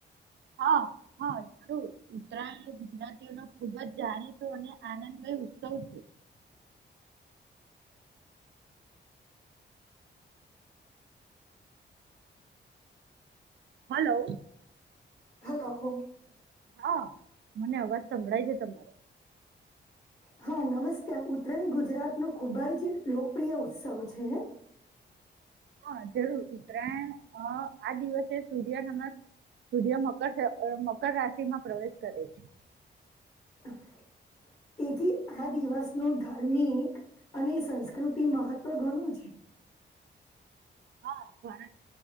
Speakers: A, on the right; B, on the left.
A: આવ્યો. હા જરૂર. ઉત્તરાયણ ગુજરાતીઓ ન ખુબ જ જાણીતો અને આનંદમય ઉત્સવ છે
B: <inaudible>
A: હલો
B: હલો હો
A: હા અવાજ સંભળાય છે તમારે
B: હ હા નમસ્કાર ઉત્તરાયણ ગુજરાત નો ખુબ જ લોકપ્રિય ઉત્સવ છે.
A: હા જરૂર ઉત્તરાયણ આ દિવસે સૂર્ય નમસ સૂર્ય મકર મકર રાશિ માં પ્રવેશ કરે છે.
B: હ તેથી આ દિવસ ન ધાર્મિક અને સંસ્કૃતિ મહત્વ ઘણું છે.
A: હા ભારત